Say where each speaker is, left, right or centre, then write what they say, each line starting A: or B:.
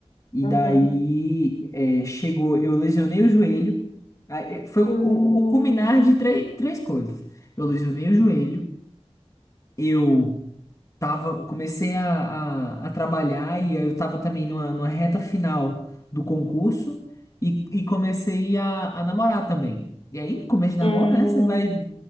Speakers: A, on the left; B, on the left.
A: E
B: Uhum.
A: daí, é, chegou, eu lesionei o joelho. Aí, eh, Foi
B: Hum,
A: o, o, o culminar de três, três coisas. Eu lesionei o joelho. Eu tava, comecei a, a, a trabalhar e aí eu tava também numa, numa reta final do concurso e, e comecei a, a namorar também. E aí, no começo de
B: hum,
A: namoro, né, você vai